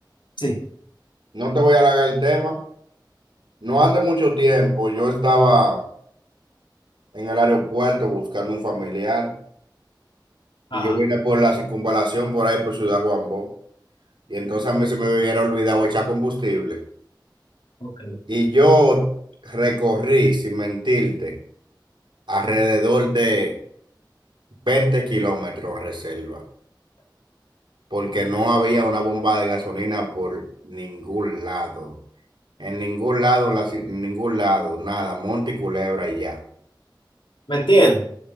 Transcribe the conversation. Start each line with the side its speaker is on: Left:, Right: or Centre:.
Left: sí.
Right: No te voy a alargar el tema. No hace mucho tiempo yo estaba en el aeropuerto buscando un familiar
Left: Ajá,
Right: y yo vine por la circunvalación por ahí por Ciudad Juan Bó. Y entonces a mí se me hubiera olvidado echar combustible.
Left: ok.
Right: Y yo recorrí, sin mentirte, alrededor de 20 kilómetros reserva, porque no había una bomba de gasolina por ningún lado. En ningún lado, la ci- en ningún lado, nada, monte y culebra y ya.
Left: ¿Me entiendes?